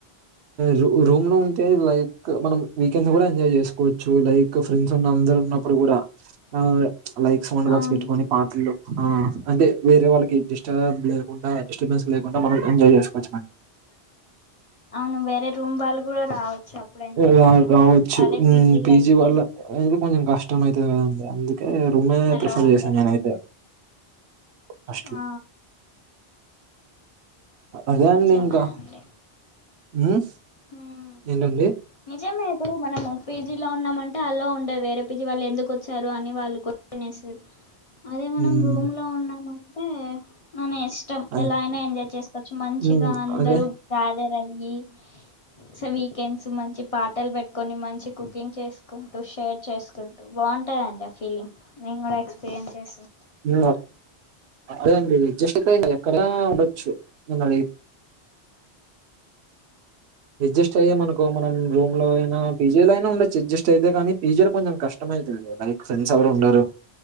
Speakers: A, on the right; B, on the left.
A: రూ రూమ్‌లో ఉంటే లైక్ మనం వీకెండ్స్ కూడా ఎంజాయ్ చేసుకోవచ్చు లై క్ ఫ్రెండ్స్ ఉన్న అందరు ఉన్నప్పుడు కూడా ఆ లైక్ సౌండ్ బాక్స్
B: అవును
A: పెట్టుకొని పాటలు ఆ అంటే వేరే వాళ్ళకి డిస్టబ్ లేకుండా డిస్టర్బెన్స్ లేకుండా మనం ఎంజాయ్ చేసుకోవచ్చునం
B: అవును వేరే రూమ్ వాళ్ళు కూడా రావచ్చు అప్పుడు ఎంజాయ్
A: రా
B: చేయడానికి
A: రావచ్చు
B: అదే
A: ఉమ్మ్
B: పీజీలో
A: పీజీ
B: అయితే
A: వల్ల అదైతే కొంచెం కష్టం అయితది కదండి అందుకే రూమే
B: అలా
A: ప్రిఫర్
B: ఉండదు
A: చేశా నేనైతే
B: కదా
A: ఫస్ట్
B: ఆ
A: అదే
B: నిజమే
A: అండి ఇంకా
B: అండి
A: ఉమ్
B: ఉమ్,
A: ఏంటండి
B: నిజమే ఇప్పుడు మనము పేజీలో ఉన్నామంటే ఆలో ఉండదు వేరే పేజీ వాళ్ళు ఎందుకు వచ్చారు అని వాళ్ళు కొ షన్ ఏస్తారు అదే మనం
A: ఉమ్మ్
B: రూమ్ లో ఉన్నామంటే మన ఇష్టం
A: అదే
B: ఎలా అయినా ఎంజాయ్ చేసుకోవచ్చు మంచిగా
A: ఉమ్,
B: అందరూ
A: అదే
B: గ్యాదర్ అయ్యి సో వీకెండ్స్ మంచి పాటలు పెట్టుకొని మంచి కుకింగ్ చేసుకుంటూ షేర్ చేసుకుంటూ బాగుంటాదండి ఆ ఫీలింగ్ నేను కూడా ఎక్స్పీరియన్స్ చేశా
A: ఇంగ అదే అండి <unintelligible> ఎక్కడా ఉండొచ్చు నన్నడిగి యడ్జస్ట్ అయ్యం అనుకో మనం రూమ్‌లో అయినా పీజీలో అయినా ఉండొచ్చు అడ్జస్ట్ అయితే కానీ పీజీలో కొంచెం కష్టం అయితది కదా ఫ్రెండ్స్ ఎవరు ఉండరు